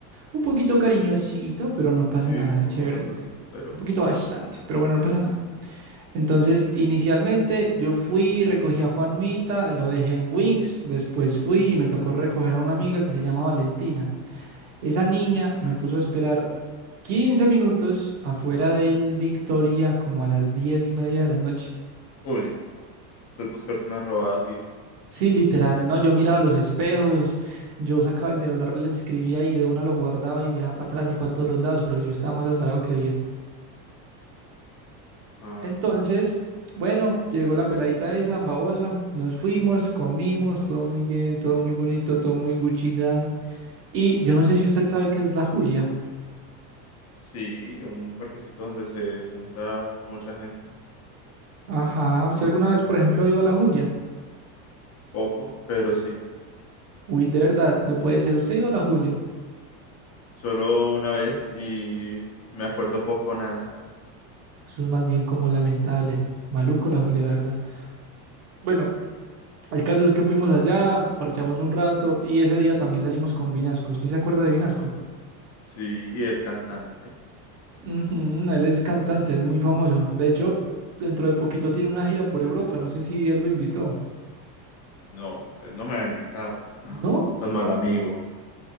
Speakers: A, on the right (about 60°); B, on the left (about 35°).
A: un poquito cariñosito, pero no pasa
B: Sí,
A: nada,
B: un
A: es
B: poco
A: chévere.
B: costosito, pero...
A: Un poquito bastante, pero bueno, no pasa nada. Entonces, inicialmente yo fui, recogí a Juanmita, lo dejé en Wings, después fui y me tocó recoger a una amiga que se llama Valentina. Esa niña
B: mm,
A: me puso a esperar 15 minutos afuera del Victoria como a las 10 y media de la noche.
B: Uy, no. Pues buscarse una robada fija.
A: Sí, literal, no, yo miraba los espejos, yo sacaba el celular, le escribía y de una lo guardaba y miraba para atrás y para todos los lados porque yo estaba más azarado que 10.
B: Ajá.
A: Entonces, bueno, llegó la peladita esa, babosa, nos fuimos, comimos, todo muy bien, todo muy bonito, todo muy Gucci Gang. Y yo no sé si usted sabe qué es la Julia.
B: Sí, un parquecito donde se junta mucha gente,
A: Ajá, ¿usted
B: normalmente.
A: alguna vez, por ejemplo, ha ido a la Julia?
B: Poco, pero sí.
A: Uy, de verdad, no puede ser, ¿usted ha ido a la Julia?
B: Solo una vez y me acuerdo poco o nada.
A: Eso es más bien como lamentable. Maluco la Julia, la verdad. Bueno, el caso es que fuimos allá, parchamos un rato y ese día también salimos con Vinasco. ¿Usted se acuerda de Vinasco?
B: Sí, y el cantante.
A: Ujú, él es cantante, es muy famoso. De hecho, dentro de poquito tiene una gira por Europa. No sé si él lo invitó.
B: No, él no me había invitado. ¡Ah!
A: ¿No?
B: Tan mal amigo,